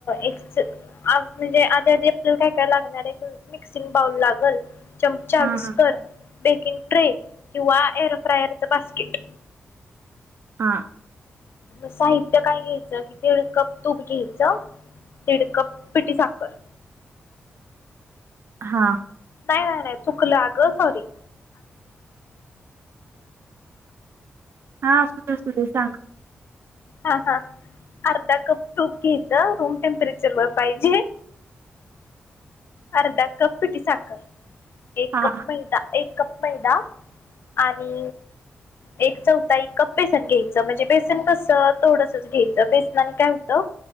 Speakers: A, on the left; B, on the right.
A: एकच आज म्हणजे आधी आधी आपल्याला काय काय लागणार आहे मिक्सिंग बाऊल लागल. चमचा
B: हा
A: विस्कर
B: हा
A: बेकिंग ट्रे किंवा एअर फ्रायरचं बास्किट.
B: हा.
A: साहित्य काय घ्यायचं कितीड कप तूप घ्यायचं. दीड कप पिटी साखर.
B: हा.
A: नाही नाही नाही चुकलं अ ग सॉरी,
B: हा असू दे असू दे सांग.
A: हा हा अर्धा कप तूप घ्यायचं रूम टेम्परेचर वर पाहिजे. अर्धा कप पिटी साखर एक
B: हा
A: कप
B: हा
A: मैदा एक कप, मैदा आणि, एक चौथा एक कप बेसन घ्यायचं म्हणजे बेसन कसं थोडसच घ्यायचं बेसनाने काय होतं.